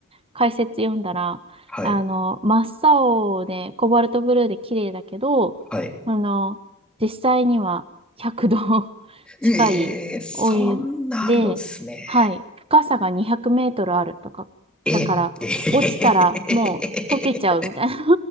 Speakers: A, on the right; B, in the centre.
A: 解説読んだら、
B: はい、
A: あの、真っ青でコバルトブルーで綺麗だけど、
B: はい。
A: あの、実際には100度 <laughs>
B: ええそんなあるんですね。
A: 近いお湯で、はい、深さが200メートルあるとか、
B: え、
A: だから、
B: ええ、
A: 落ちたらもう溶けちゃうみたいな